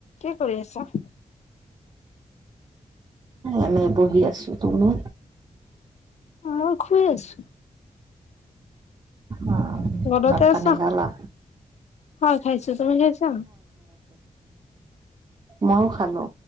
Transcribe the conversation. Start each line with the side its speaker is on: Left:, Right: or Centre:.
Left: কি কৰি আছা?
Right: আমি বহি আছো, তুমি?
Left: মই শুই আছো।
Right: অ'
Left: ঘৰতে
Right: ভাত পানী
Left: আছা?
Right: খালা।
Left: হয় খাইছো, তুমি খাইছা।
Right: ময়ো খালো,